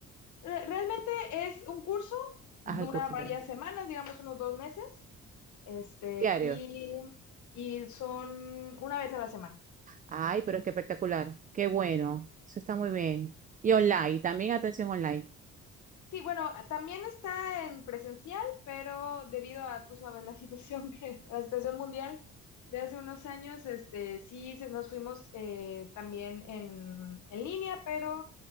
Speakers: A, on the left; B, on the right.
A: Realmente es un curso, dura
B: Haz el curso.
A: varias
B: bueno.
A: semanas, digamos unos dos meses, este,
B: Diario.
A: y, y son una vez a la semana.
B: Ay, pero es que espectacular. Qué bueno. Eso está muy bien. Y online, también atención online.
A: Sí, bueno, también está en presencial, pero debido a, tú sabes, la <laughs> situación que, la situación mundial de hace unos años, este, sí se- nos fuimos eh, también en, en línea, pero